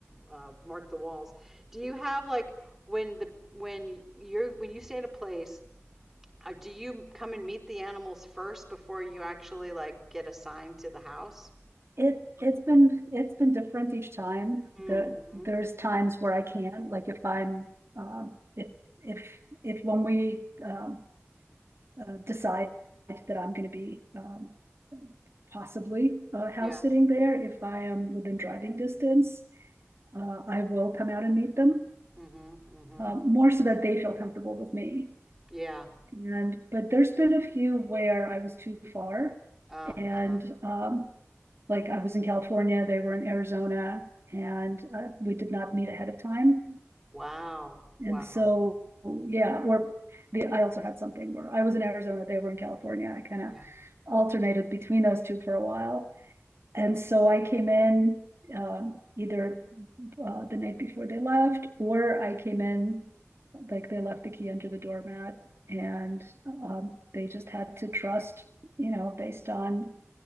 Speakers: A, in the centre; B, on the right.
A: uh, mark the walls do you have like when the when you're when you stay at a place uh, do you come and meet the animals first before you actually like get assigned to the house
B: It it's been it's been different each time.
A: mm-hmm
B: There there's times where I can, like if I'm um if if if when we um uh, decide that I'm going to be um possibly uh, house
A: yeah
B: sitting there, if I am within driving distance, uh, I will come out and meet them.
A: mm-hmm mm-hmm
B: um, more so that they feel comfortable with me.
A: Yeah.
B: And but there's been a few where I was too far,
A: Uh,
B: and
A: uh-huh.
B: um, like I was in California, they were in Arizona, and uh, we did not meet ahead of time.
A: Wow.
B: And
A: Wow.
B: so, yeah, or the I also had something where I was in Arizona, they were in California. I kind of
A: Yeah.
B: alternated between those two for a while, and so I came in um, either uh, the night before they left, or I came in like they left the key under the doormat, and um, they just had to trust, you know, based on